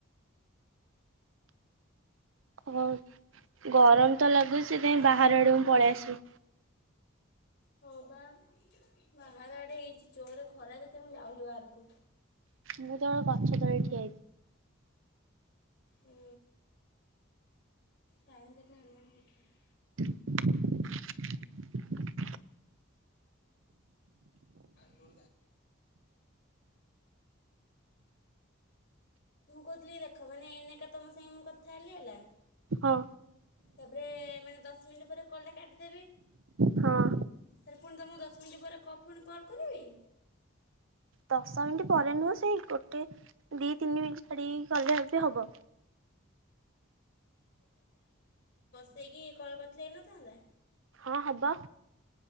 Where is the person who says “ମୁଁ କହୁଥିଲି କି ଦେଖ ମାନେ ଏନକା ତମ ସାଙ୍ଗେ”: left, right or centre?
Left